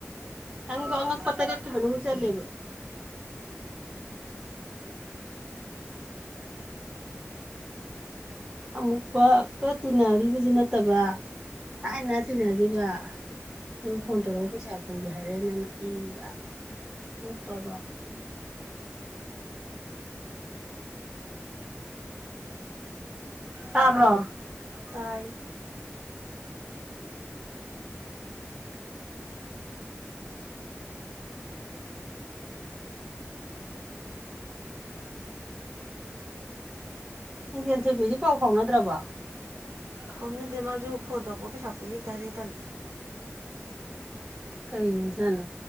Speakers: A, on the right (about 20°); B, on the right (about 75°).
A: ꯅꯪ ꯑꯣꯉꯛꯄꯇꯥꯔ ꯔꯦꯈꯤꯕꯕꯅꯤ ꯎ ꯆꯜꯂꯦꯕꯣ ꯑꯃꯨꯛ ꯄꯛꯇ ꯇꯤꯟꯅꯔꯤꯕꯁꯨ ꯅꯠꯇꯕ ꯊꯥꯏꯅ ꯇꯤꯟꯅꯈꯤꯕ ꯑꯗꯨꯒ
B: ꯎꯝ
A: ꯐꯣꯟ ꯇꯧꯔꯒ ꯄꯩꯁꯥ ꯄꯨꯒꯦ ꯍꯥꯏꯔꯦ ꯅꯪꯅ ꯄꯤꯕ ꯅꯠꯇ꯭ꯔꯣꯒꯣ ꯎ ꯇꯥꯕ꯭ꯔꯣ
B: ꯇꯥꯏ
A: ꯏꯟꯗꯤꯟ ꯇꯤꯚꯤꯗꯤ ꯄꯥꯎ ꯐꯥꯎꯅꯗ꯭ꯔꯕ
B: ꯍꯅꯗꯦ ꯃꯥꯁꯨ ꯐꯣꯟ ꯇꯧꯔꯛꯄ ꯄꯩꯁꯥ ꯄꯨ ꯌꯦꯛ ꯇꯥꯔꯦ ꯇꯜꯂꯦ
A: ꯀꯩ ꯁꯅꯣ